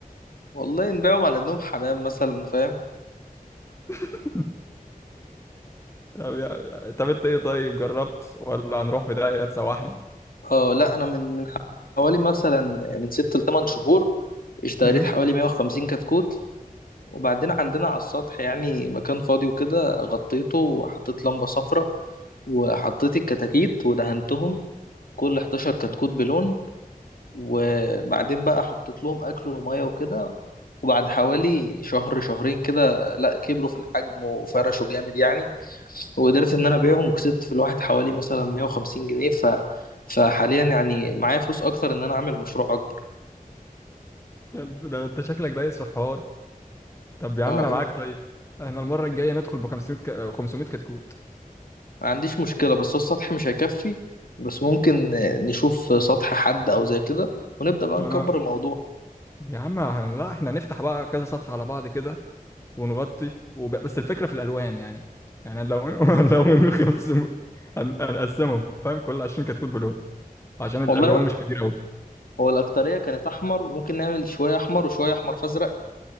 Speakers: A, on the left; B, on the left.
A: والله نبيعهم على انهم حمام مثلا فاهم
B: <laughs> طب يا... طب أنت إيه طيب جربت ولا هنروح في داهية تسوحنا؟
A: اه لا انا من من حوالي مثلا من ست لتمن شهور اشتريت
B: مم؟
A: حوالي 150 كتكوت وبعدين عندنا على السطح يعني مكان فاضي وكده غطيته وحطيت لمبة صفراء وحطيت الكتاكيت ودهنتهم كل 11 كتكوت بلون وبعدين بقى حطيت لهم اكل وميه وكده وبعد حوالي شهر شهرين كده لا كبروا في الحجم وفرشوا جامد يعني وقدرت ان انا ابيعهم وكسبت في الواحد حوالي مثلا 150 جنيه ف فحاليا يعني معايا فلوس اكتر ان انا اعمل مشروع اكبر
B: طب ده أنت شكلك دايس في الحوار طب يا عم
A: اه
B: انا معاك
A: إن-
B: طيب احنا المره الجايه ندخل ب 500 ك... آه، 500 كتكوت
A: ما عنديش مشكلة بس هو السطح مش هيكفي بس ممكن نشوف سطح حد او زي كده ونبدأ بقى
B: اه
A: نكبر الموضوع
B: يا عم هن- لا احنا هنفتح بقى كذا صفحه على بعض كده ونغطي وب... بس الفكره في الالوان يعني يعني لو <laughs> لو من 500 هن- هنقسمهم فاهم كل 20 كتكوت بلون عشان الالوان
A: والله
B: مش كتير قوي
A: هو الأكترية كانت أحمر ممكن نعمل شوية أحمر وشوية أحمر فأزرق